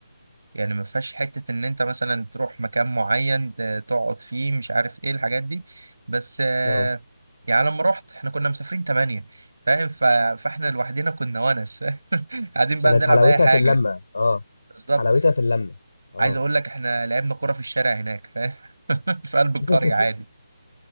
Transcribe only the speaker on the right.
يعني ما فيهاش حتة ان انت مثلا تروح مكان معين ت- تقعد فيه مش عارف ايه الحاجات دي بس آه
يعني لما رحت احنا كنا مسافرين تمانية فاهم ف... فاحنا لوحدنا كنا ونس <laughs> قاعدين بقى
بنلعب
اي حاجة
بالظبط
عايز اقول لك احنا لعبنا كرة في الشارع هناك فاهم <laughs> في قلب القرية
عادي